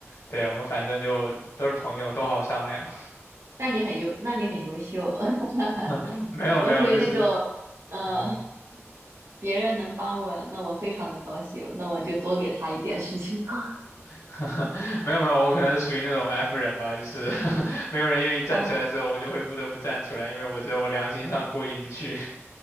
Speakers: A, on the left (about 80°); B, on the right (about 65°).
A: 对，我们反正就都是朋友，都好商量。
B: 那你很优，那你很优秀。<laughs>
A: <laughs> 没有没有，
B: 我属于那种，
A: 就是
B: 呃，
A: 嗯，
B: 别人能帮我，那我非常的高兴，那我就多给他一点事情做。
A: <laughs> 没有没有，我可能是属于那种 F 人吧，就是 <laughs> 没有人愿意站出来的时候，
B: <laughs> 哦，
A: 我就会不得不站出来，因为我觉得我良心上过意不去。